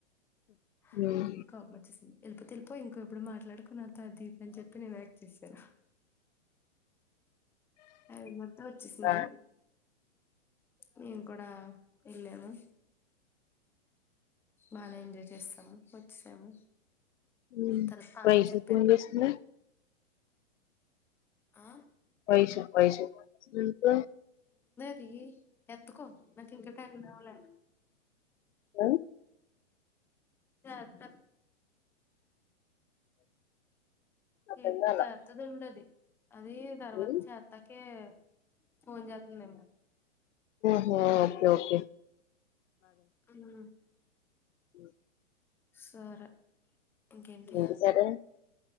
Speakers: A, in the centre; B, on the left (about 70°).
A: <unintelligible> నంది
B: ఉమ్
A: కోపమొచ్చేసింది తెలిపో తెలిపో ఇంకో ఎప్పుడు మాట్లాడకు నాతో అని తీర్పు నేను యాక్ట్ చేశాను అది మొత్తం వచ్చేసింది
B: బా
A: మేం కూడా వెళ్ళాము బాగానే ఎంజాయ్ చేస్తాము వచ్చేసాము
B: ఉం
A: తర్వాత పావనికి
B: వైషు
A: చెప్పాను
B: ఫోన్ చేస్తుంది
A: ఆ
B: వై శు వై షు ఎందుకు
A: తీ ఎత్తుకో నాకు ఇంకా తండ్రి అవలే
B: ఆ
A: చేత్త
B: అర్థం
A: ఇ
B: కాలా
A: అతది ఉండది <unintelligible> అది తర్వాత
B: ఉమ్
A: చేత్తకే ఫోన్ చేత్తంది ఏమో
B: ఆ ఓకే ఓకే
A: ఉం
B: ఉం
A: సరే ఇంకేంటి
B: <unintelligible>